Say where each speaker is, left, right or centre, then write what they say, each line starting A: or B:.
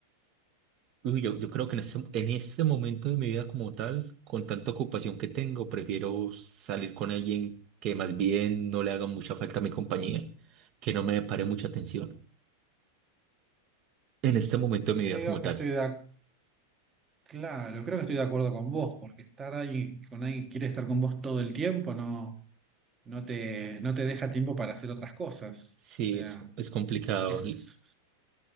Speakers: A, on the right; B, on the right.
A: Uy, yo, yo creo que en este, en este momento de mi vida como tal, con tanta ocupación que tengo, prefiero salir con alguien que más bien no le haga mucha falta a mi compañía, que no me pare mucha atención. En este momento de mi
B: Creo
A: vida como tal,
B: que estoy de, ac- claro, creo que estoy de acuerdo con vos, porque estar ahí con alguien que quiere estar con vos todo el tiempo, no. no te,
A: s-
B: no te deja tiempo para hacer otras cosas.
A: sí,
B: O sea,
A: es, es complicado.
B: es,
A: Y,